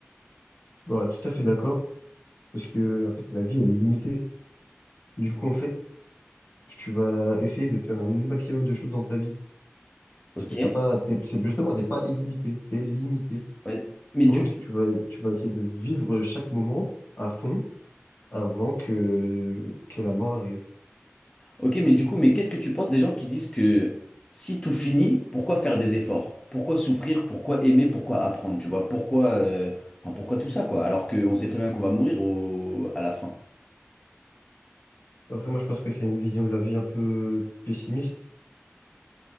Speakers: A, on the left; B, on the left.
A: Bah, tout à fait d'accord, parce que en fait, la vie, elle est limitée. Du coup, en fait, tu vas essayer de faire un maximum de choses dans ta vie,
B: Ok?
A: parce que t'as pas, t'es- c'est justement, c'est pas illimité, c'est limité.
B: Ouais. Mais
A: Donc,
B: du
A: tu vas, tu vas essayer de vivre chaque moment à fond avant que que la mort arrive.
B: Ok, mais du coup, mais qu'est-ce que tu penses des gens qui disent que si tout finit, pourquoi faire des efforts? Pourquoi souffrir? Pourquoi aimer? Pourquoi apprendre? Tu vois, pourquoi, euh, enfin, pourquoi tout ça, quoi? Alors qu'on sait très bien qu'on va mourir au- à la fin.
A: Après, moi, je pense que c'est une vision de la vie un peu pessimiste,